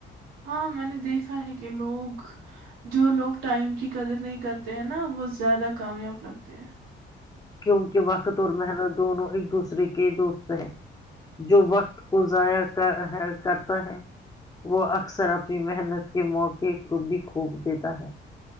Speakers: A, on the right (about 90°); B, on the left (about 20°).
A: ہاں میں نے دیکھا ہے کہ لوگ جو لوگ ٹائم کی قدر نہیں کرتے ہیں نا وہ زیادہ کامیاب لگتے ہیں
B: کیونکہ وقت اور محنت دونوں ایک دوسرے کے دوست ہے جو وقت کو ضائع کرتا ہے وہ اکثر اپنی محنت کے موقع کو بھی کھوپ دیتا ہے